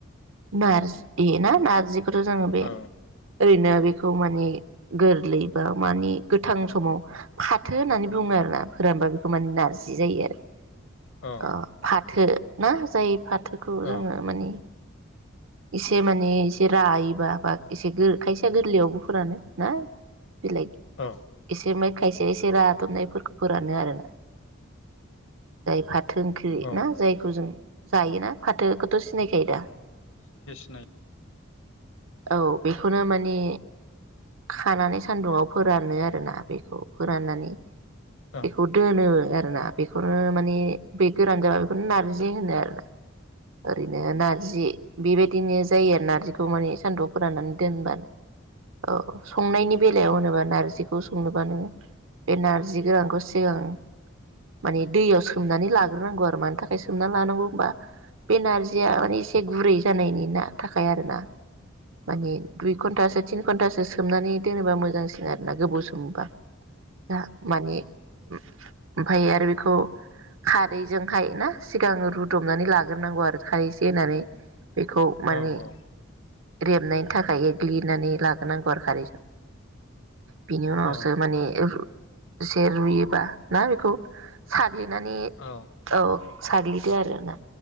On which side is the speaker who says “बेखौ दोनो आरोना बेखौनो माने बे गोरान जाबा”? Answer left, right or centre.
Right